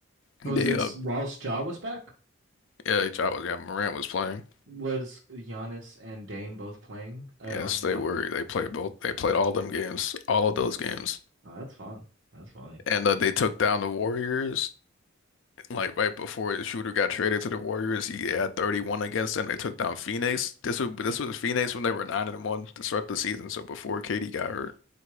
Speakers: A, on the left (about 75°); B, on the right (about 70°).
A: They
B: was this
A: uh
B: whilst Ja was back?
A: yeah, Ja was yeah, Morant was playing.
B: Was Giannis and Dame both playing uh,
A: Yes,
B: on the
A: they
B: Bucks?
A: were. They played both. They played all them games, all of those games,
B: Oh, that's fun. That's funny.
A: and uh, they took down the Warriors. Like right before the shooter got traded to the Warriors, he had 31 against them. They took down Phoenix. This was this was Phoenix when they were nine and one to start the season. So before KD got hurt.